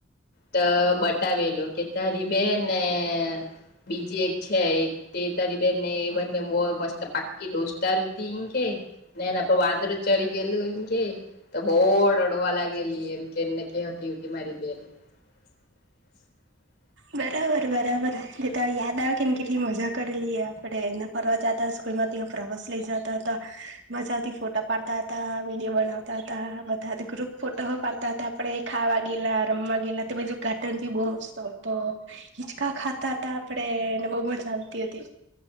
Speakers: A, on the left; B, on the right.
A: તો બટાવલો કે તારી બે ને. બીજી એક છે, તે તારી બેને એ બંને. મસ્ત પાક્કી <unintelligible> રટીી કે નેનેપ વાંદર ચડી ગયલું. કે તો બહુ રડવા લાગેલી એમ કે એમને કેતી મારી બેન. હમ.
B: બરાબર બરાબર <unintelligible> યાદ આવે કે ને કેટલી મજા કરેલીએ આપડે એના ફરવા જતા. સ્કૂલમાં ત્યાં પ્રવાસ લઈ જતા હતા મજાથી ફોટા પાડતા હતા <unintelligible> બનાવતા હતા બધા. ગ્રુપ ફોટો પાડતા હતા આપડે ખાવા ગેલા રમવા ગયેલા તે બધુ ગાર્ટન ભી બહુ મસ્ત. તો હિચકા ખાતા હતા આપેને બહુ પણ ચાલતી હતી.